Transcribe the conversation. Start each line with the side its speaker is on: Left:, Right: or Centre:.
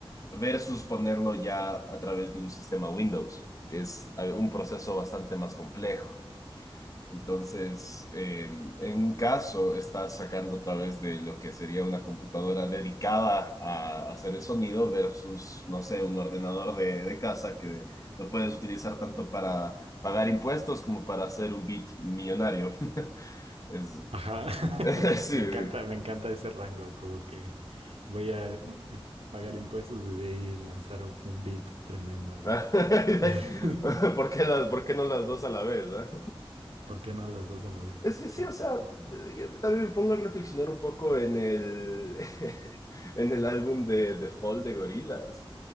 Left: versus ponerlo ya a través de un sistema Windows, que es eh, un proceso bastante más complejo entonces, eh, en un caso, estás sacando a través de lo que sería una computadora dedicada a hacer el sonido versus, no sé, un ordenador de, de casa que lo puedes utilizar tanto para pagar impuestos como para hacer un beat millonario. Es,
Right: Ajá, <laughs>
Left: <laughs> sí, sí.
Right: me encanta, me encanta ese rango, como que voy a eh, pagar impuestos y de ahí lanzar un, un beat tremendo
Left: <laughs>
Right: ahí.
Left: ¿Por
Right: <laughs>
Left: qué las, por qué no las dos a la vez? ah?
Right: ¿Por qué no las dos a la vez?
Left: Es que
Right: Ajá,
Left: sí, o sea, yo también me pongo a reflexionar un poco en el, <laughs> en el álbum de The Fall de Gorillaz.